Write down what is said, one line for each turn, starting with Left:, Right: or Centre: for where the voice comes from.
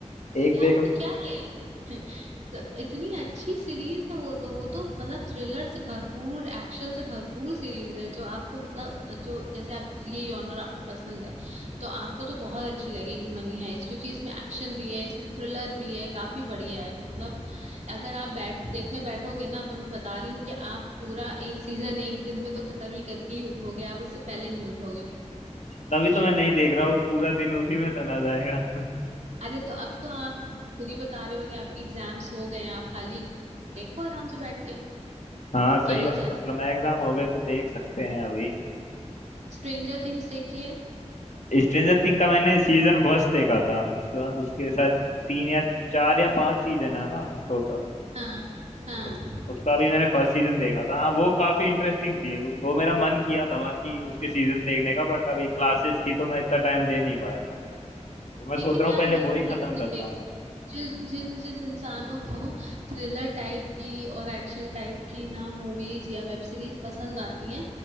Left: एक
Right: यार
Left: देख
Right: तो क्या है <laughs> तो इतनी अच्छी सीरीज है वो तो वो तो मतलब थ्रिलर से भरपूर एक्शन से भरपूर सीरीज है जो आपको मतलब जो जैसे आप ये जॉनर आपको पसंद है तो आपको तो बहुत अच्छी लगेगी मनी हाइस्ट क्योंकि इसमें एक्शन भी है इसमें थ्रिलर भी है काफी बढ़िया है मतलब अगर आप बैठ देखने बैठोगे ना तो मैं बता रही हूँ कि आप पूरा एक सीजन एक दिन में तो खत्म ही करके ही उठोगे आप उससे पहले नहीं उठोगे
Left: तभी तो मैं नहीं देख रहा हूँ पूरा दिन उसी में चला जाएगा <laughs>
Right: अरे तो अब तो आप खुद ही बता रहे हो कि आपके एग्जाम्स हो गए हैं आप खाली देखो आराम से बैठ के
Left: हाँ सही
Right: क्या ही
Left: बात
Right: जाता
Left: है मतलब एग्जाम हो गए तो देख सकते हैं अभी
Right: स्ट्रेंजर थिंग्स देखी है
Left: स्ट्रेंजर थिंग का मैंने सीजन फर्स्ट देखा था उसके बाद उसके साथ तीन या चार या पांच सीजन है ना टोटल
Right: हाँ हाँ
Left: उस,
Right: हम्म।
Left: उसका भी मैंने फर्स्ट सीजन देखा था हाँ वो काफी इंटरेस्टिंग थी वो मेरा मन किया था बाकी उसके सीजन देखने का बट अभी क्लासेस थी तो मैं इतना टाइम दे नहीं पाया था तो मैं
Right: लेकिन
Left: सोच रहा
Right: यार
Left: हूँ पहले
Right: मनी
Left: वो ही खत्म
Right: हाइस्ट
Left: करता
Right: तो
Left: हूँ मैं।
Right: जिस जिन जिन इंसानों को थ्रिलर टाइप की और एक्शन टाइप की ना मूवीज या वेब सीरीज पसंद आती हैं